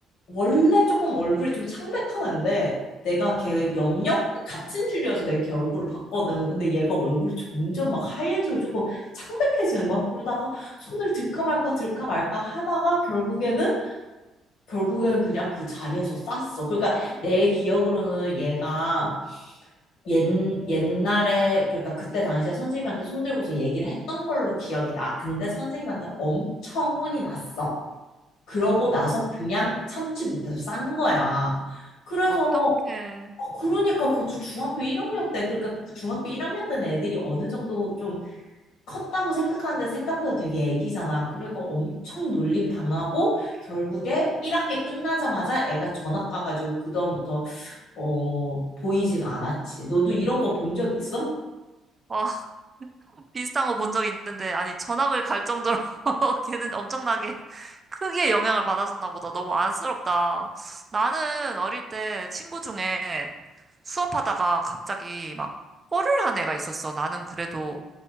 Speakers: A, on the left; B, on the right.
A: 원래 조금 얼굴이 좀 창백하는데 내가 걔 염력 같은 줄이어서 내가 걔 얼굴을 봤거든. 근데 얘가 얼굴이 점점 막 하얘지고 조금 창백해지는 거야. 그러다가 손을 들까 말까 들까 말까 하다가 결국에는 결국에는 그냥 그 자리에서 쌌어. 그러니까 내 기억으로는 얘가 옛, 옛날에 그러니까 그때 당시에 선생님한테 손들고서 얘기를 했던 걸로 기억이 나. 근데 선생님한테 엄청 혼이 났어. 그러고 나서
B: 아.
A: 그냥 참지 못해서 싼 거야. 그래서
B: 어떡해.
A: 어, 그러니까 그것도 중학교 1학년 때 그러니까 그 중학교 1학년 때는 애들이 어느 정도 좀 컸다고 생각하는데 생각보다 되게 애기잖아. 그러니까 엄청 놀림 당하고 결국에 1학기 끝나자마자 애가 전학 가가지고 그다음부터 어 보이지가 않았지. 너도 이런 거 본 적 있어?
B: 와, 비슷한 거 본 적 있는데, 아니, 전학을 갈 정도로 <laughs> 걔는 엄청나게 크게 영향을 받았었나 보다. 너무 안쓰럽다. 나는 어릴 때 친구 중에 수업하다가 갑자기 막 뽀를 한 애가 있었어. 나는 그래도